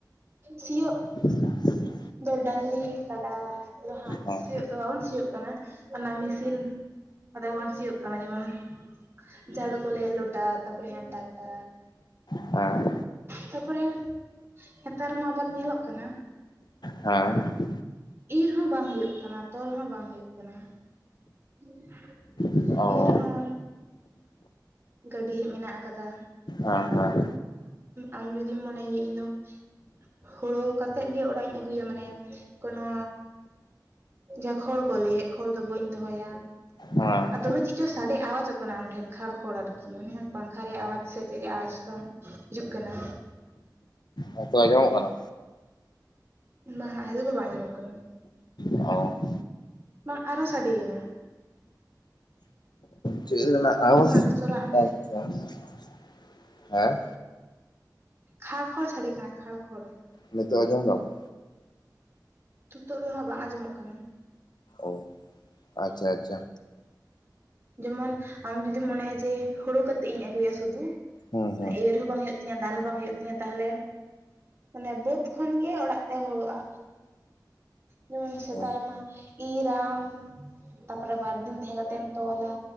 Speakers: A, on the right (about 35°); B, on the left (about 70°).
A: ᱥᱤᱭᱳᱜ
B: <inaudible>
A: ᱫᱚ ᱰᱟᱹᱝᱨᱤ ᱠᱟᱰᱟ ᱫᱚ ᱦᱟᱸᱜ
B: ᱦᱮᱸ
A: ᱥᱤᱭᱳᱜ ᱫᱚ ᱵᱟᱵᱚᱱ ᱥᱤᱭᱳᱜ ᱠᱟᱱᱟ ᱚᱱᱟ ᱢᱤᱥᱤᱱ ᱟᱫᱚ ᱵᱚᱱ ᱥᱤᱭᱳᱜ ᱠᱟᱱᱟ ᱡᱮᱢᱚᱱ ᱡᱟᱦᱟᱸ ᱫᱚᱠᱚ ᱞᱟᱹᱭᱟ ᱞᱳᱴᱟᱨ ᱛᱟᱯᱚᱨᱮ ᱦᱮᱱ ᱴᱟᱠᱴᱟᱨ
B: ᱦᱮᱸ
A: ᱛᱟᱯᱚᱨᱮ ᱱᱮᱛᱟᱨ ᱢᱟ ᱟᱵᱟᱨ ᱧᱮᱞᱚᱜ ᱠᱟᱱᱟ᱾
B: ᱦᱮᱸ
A: ᱤᱨ ᱦᱚᱸ ᱵᱟᱝ ᱦᱩᱭᱩᱜ ᱠᱟᱱᱟ ᱛᱚᱞ ᱦᱚᱸ ᱵᱟᱝ ᱦᱩᱭᱩᱜ ᱠᱟᱱᱟ᱾ <inaudible>
B: ᱦᱮᱸ ᱚ
A: ᱤᱨ ᱦᱚᱸ ᱜᱟᱹᱰᱤ ᱦᱟᱸᱜ ᱢᱮᱱᱟᱜ ᱟᱠᱟᱫᱟ᱾
B: ᱦᱮᱸ ᱦᱮᱸ
A: ᱟᱢ ᱡᱩᱫᱤᱢ ᱢᱚᱱᱮᱭᱟ ᱤᱧ ᱫᱚ ᱦᱳᱲᱳ ᱠᱟᱛᱮᱫ ᱜᱮ ᱚᱲᱟᱜ ᱤᱧ ᱟᱹᱜᱩᱭᱟ ᱢᱟᱱᱮ ᱠᱳᱱᱳ ᱡᱟ ᱠᱷᱚᱲ ᱠᱚ ᱞᱟᱹᱭᱮᱫ ᱠᱷᱚᱲ ᱫᱚ ᱵᱟᱹᱧ ᱫᱚᱦᱚᱭᱟ
B: ᱦᱮᱸ
A: ᱟᱨ ᱫᱚᱢᱮ ᱪᱮᱫ ᱪᱚ ᱥᱟᱰᱮ, ᱟᱣᱟᱡᱚᱜ ᱠᱟᱱᱟ ᱟᱢ ᱴᱷᱮᱱ ᱠᱷᱟᱲ ᱠᱷᱚᱲ ᱠᱤ ᱩᱱᱤ ᱦᱚᱸ ᱯᱟᱝᱠᱷᱟ ᱨᱮᱭᱟᱜ ᱟᱣᱟᱡ ᱥᱮ ᱪᱮᱫ ᱨᱮᱭᱟᱜ ᱟᱣᱟᱡ ᱪᱚᱝ ᱦᱤᱡᱩᱜ ᱠᱟᱱᱟ᱾
B: ᱱᱤᱛᱚᱜ ᱟᱸᱡᱚᱢᱚᱜ ᱠᱟᱱᱟ?
A: <unintelligible> ᱦᱤᱞᱳᱜ ᱫᱚ ᱵᱟᱝ ᱡᱚᱢᱚᱜ ᱠᱟᱱᱟ᱾
B: ᱚᱸ
A: ᱵᱟᱝ ᱟᱨᱚ ᱥᱟᱰᱮᱭᱮᱱᱟ᱾
B: ᱪᱮᱫ ᱨᱮᱱᱟᱜ ᱟᱣᱟᱡ
A: ᱚᱸᱰᱮ ᱠᱷᱚᱱᱟᱜ ᱫᱚ ᱥᱚᱨᱟᱜ ᱢᱮ
B: <unintelligible> ᱦᱮᱸ
A: ᱠᱷᱟᱲ ᱠᱷᱚᱲ ᱥᱟᱰᱮ ᱠᱟᱱᱟ ᱠᱷᱟᱲ ᱠᱷᱚᱲ᱾
B: ᱱᱤᱛᱚᱜ ᱟᱡᱚᱢ ᱫᱟᱢ?
A: ᱱᱤᱛᱚᱜ ᱫᱚ ᱦᱟᱸᱜ ᱵᱟᱝ ᱟᱸᱡᱚᱢᱚᱜ ᱠᱟᱱᱟ᱾
B: ᱚ ᱟᱪᱪᱷᱟ ᱟᱪᱪᱷᱟ
A: ᱡᱮᱢᱚᱱ ᱟᱢ ᱡᱩᱫᱤᱢ ᱢᱚᱱᱮᱭᱟ ᱡᱮ ᱦᱳᱲᱳ ᱠᱟᱛᱮᱜ ᱤᱧ ᱟᱹᱜᱩᱭᱟ ᱥᱩᱫᱷᱩ
B: ᱦᱩᱸ ᱦᱩᱸ
A: ᱮᱨ ᱦᱚᱸ ᱵᱟᱝ ᱦᱩᱭᱩᱜ ᱛᱤᱧᱟ, ᱫᱟᱞ ᱦᱚᱸ ᱵᱟᱝ ᱦᱩᱭᱩᱜ ᱛᱤᱧᱟ ᱛᱟᱦᱚᱞᱮ ᱢᱟᱱᱮ ᱵᱟᱹᱫᱽ ᱠᱷᱚᱱ ᱜᱮ ᱚᱲᱟᱜ ᱛᱮ ᱦᱳᱲᱳᱜᱼᱟ ᱡᱮᱢᱚᱱ ᱥᱮᱫᱟᱭᱢᱟ
B: ᱚ
A: ᱤᱨᱟᱢ ᱛᱟᱯᱚᱨᱮ ᱵᱟᱨ ᱫᱤᱱ ᱛᱟᱦᱮᱸ ᱠᱟᱛᱮᱢ ᱛᱚᱞᱟ